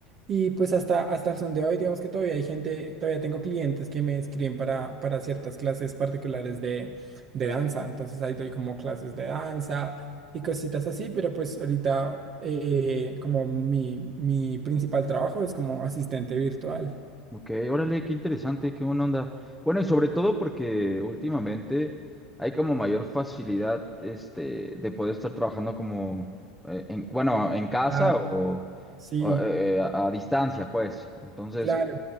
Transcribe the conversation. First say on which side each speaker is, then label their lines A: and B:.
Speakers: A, on the right (about 40°); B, in the centre.
A: Y pues hasta, hasta el son de hoy, digamos que todavía hay gente, todavía tengo clientes que me escriben para, para ciertas clases particulares de, de danza. Entonces ahí doy como clases de danza y cositas así, pero pues ahorita eh, como mi, mi principal trabajo es como asistente virtual.
B: Ok, órale, qué interesante, qué buena onda. Bueno, y sobre todo porque últimamente hay como mayor facilidad, este, de poder estar trabajando como, eh, en, bueno, en casa
A: Claro.
B: o,
A: Sí.
B: o, eh, a, a distancia, pues. Entonces,
A: Claro,